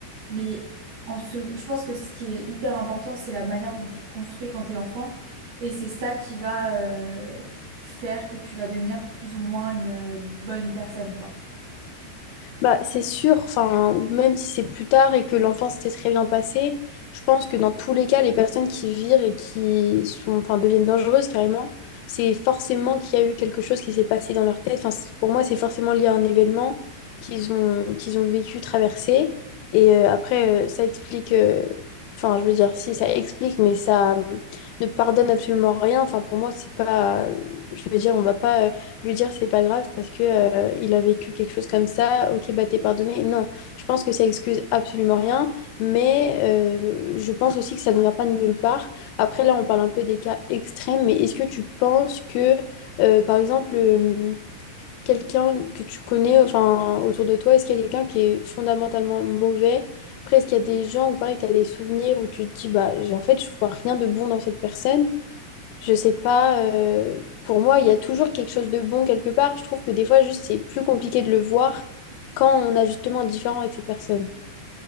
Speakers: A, on the right; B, on the left.
A: Mais en se... je pense que ce qui est hyper important, c'est la manière dont tu te construis quand t'es enfant. Et c'est ça qui va euh, faire que tu vas devenir plus ou moins une euh, bonne personne, quoi.
B: Bah, c'est sûr, enfin, même si c'est plus tard et que l'enfance s'est très bien passée, je pense que dans tous les cas, les personnes qui virent et qui sont, enfin, deviennent dangereuses carrément, c'est forcément qu'il y a eu quelque chose qui s'est passé dans leur tête. Enfin, c'est- pour moi, c'est forcément lié à un événement qu'ils ont, qu'ils ont vécu, traversé. Et euh, après, euh, ça explique, euh, enfin, je veux dire, si ça explique, mais ça euh, ne pardonne absolument rien. Enfin, pour moi, c'est pas, je veux dire, on va pas. euh, lui dire c'est pas grave parce que euh, il a vécu quelque chose comme ça, ok, bah t'es pardonné. Non, je pense que ça excuse absolument rien, mais euh, je pense aussi que ça ne vient pas de nulle part. Après, là, on parle un peu des cas extrêmes, mais est-ce que tu penses que, euh, par exemple, euh, quelqu'un que tu connais, enfin, autour de toi, est-ce qu'il y a quelqu'un qui est fondamentalement mauvais? Après, est-ce qu'il y a des gens où, pareil, tu as des souvenirs où tu te dis, bah, j'ai- en fait, je vois rien de bon dans cette personne, je sais pas, euh, pour moi, il y a toujours quelque chose de bon quelque part. Je trouve que des fois, juste, c'est plus compliqué de le voir quand on a justement un différent avec ces personnes.